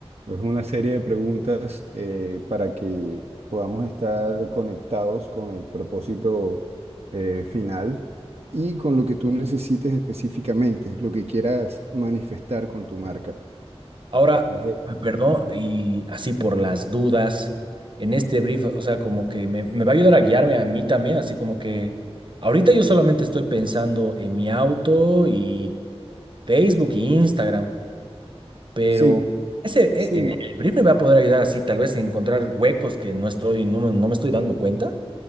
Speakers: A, on the right (about 70°); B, on the right (about 50°).
A: es una serie de preguntas eh, para que podamos estar conectados con el propósito eh, final y con lo que tú necesites específicamente, lo que quieras manifestar con tu marca.
B: Ahora,
A: ¿Cuál es el-
B: ah, perdón,
A: Sí,
B: y así por las dudas, en este brief, o sea, como que me, me va a ayudar a guiarme a mí también, así como que ahorita yo solamente estoy pensando en mi auto y Facebook e Instagram. Pero
A: sí,
B: ese, e-
A: sí.
B: e- el brief me va a poder ayudar así, tal vez, a encontrar huecos que no estoy, no, me no me estoy dando cuenta.